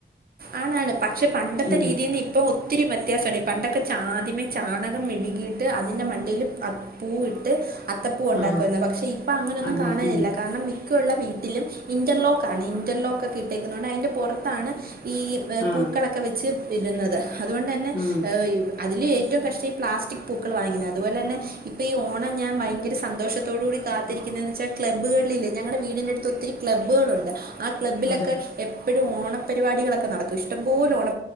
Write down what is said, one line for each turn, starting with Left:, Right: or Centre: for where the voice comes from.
Right: ആണാണ് പക്ഷെ പണ്ടത്തെ
Left: ഉം
Right: രീതീന്ന് ഇപ്പൊ ഒത്തിരി മ വ്യത്യാസാണ് പണ്ടൊക്കെ ചാദ്യമേ ചാണകം മെഴുകിയിട്ട് അതിൻ്റെ മണ്ടീൽ അത് പൂവിട്ട് അത് അത്തപ്പൂ ഉണ്ടാക്കുവാരുന്നു
Left: ആഹ്
Right: പക്ഷെ ഇപ്പൊ അങ്ങനൊന്നും
Left: അതെ
Right: കാണലില്ല
Left: ഉം
Right: കാരണം മിക്കൊള്ള വീ ട്ടിലും ഇന്റർലോക്കാണ് ഇന്റർലോക്കൊക്കെ ഇട്ടേക്കുന്നത് കൊണ്ട് അതിന്റെ പുറത്താണ്. ഈ
Left: ആഹ്
Right: പൂക്കളൊക്കെ വെച്ച് ഇടുന്നത് അതുകൊണ്ടന്നെ
Left: ആഹ്
Right: ഹ് അതിലേ ഏറ്റവും കഷ്ടം ഈ പ്ലാസ്റ്റിക് പൂക്കൾ വാങ്ങുന്നതാ അതുപോലെ തന്നെ ഇപ്പ ഈ ഓണം ഞാൻ ഭയങ്കര സന്തോഷത്തോട് കൂടി കാത്തിരിക്കുന്നു പിന്നെന്ന് വെച്ചാൽ ക്ലബുകളിലില്ലെ ഞങ്ങളുടെ വീടിന്റെ അടുത്ത് ഒത്തിരി ക്ലബ്ബുകളുണ്ട് ആ ക്ലബ്ബിലൊക്കെ
Left: അതെ
Right: എപ്പോഴും ഓണപരിപാടികളൊക്കെ നടക്കും ഇഷ്ടംപോലെ ഓണ